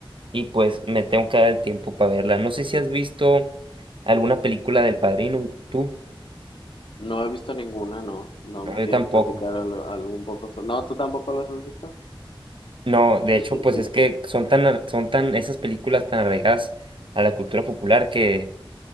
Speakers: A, on the right (about 65°); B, on the left (about 65°).
A: y pues me tengo que dar el tiempo para verla. No sé si has visto alguna película del Padrino, tú.
B: No he visto ninguna, no, no
A: No,
B: me
A: yo
B: quieres
A: tampoco.
B: platicar algo, algo un poco. so- No, tú tampoco las has visto.
A: No, de
B: ¿Y
A: hecho,
B: qué,
A: pues es que son tan, ar- son tan, esas películas tan arraigadas a la cultura popular que,